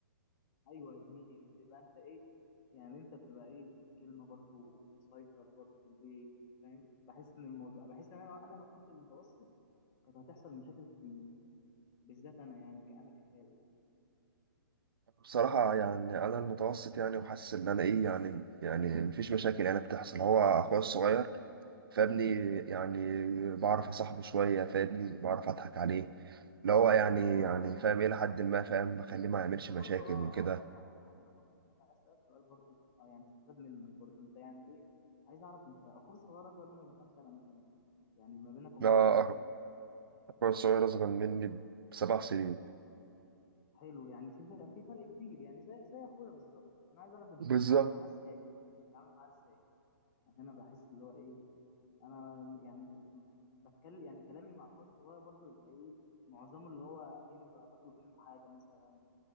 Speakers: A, on the left; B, on the right.
A: ايوه يا زميلي بيبقى انت ايه يعني انت بتبقى ايه ليك الكلمه برضو ومسيطر برضو في البيت فاهم بحس ان الموضوع بحس ان انا انا لو كنت متوسط كانت هتحصل مشاكل كتير بالذات انا يعني كأنا كخالد يعني
B: بصراحة يعني أنا المتوسط يعني وحاسس إن أنا إيه يعني يعني مفيش مشاكل يعني بتحصل هو أخويا الصغير فابني يعني بعرف أصاحبه شوية فابني بعرف أضحك عليه اللي هو يعني
A: اه
B: يعني فاهم إلى حد ما فاهم بخليه ما يعملش
A: انت برضو
B: مشاكل
A: اه
B: وكده
A: أنا عايز افهم انا عايز اخد منك عايز اسالك سؤال برضو اه يعني استفاد منك برضو انت يعني ايه عايز اعرف انت اخوك الصغير اصغر منك بكام سنه مثلا يعني ما بينك وبينه
B: أنا
A: كام سنه
B: أخويا الصغير أصغر مني بسبع سنين
A: حلو يعني في في فرق كبير يعني زي زي اخويا بالظبط انا عايز اعرف انت
B: بالظبط
A: بتتعامل معاه ازاي يعني بتتعامل معاه ازاي عشان انا بحس اللي هو ايه انا يعني بتكلم يعني كلامي مع اخويا الصغير برضه بيبقى ايه معظمه اللي هو اكني ب- بطلب منه حاجه مثلا